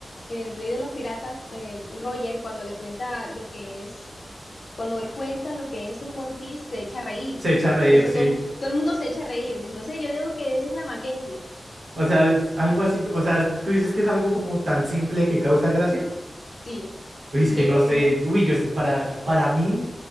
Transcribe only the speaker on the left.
el rey de los piratas, eh, Roger, cuando le cuenta lo que es, cuando él cuenta lo que es el One Piece, se echa a reír.
Entonces
todo el, mu- todo el mundo se echa a reír. Entonces yo digo que es una Mackenzie.
Sí,
yo
digo
que es eso.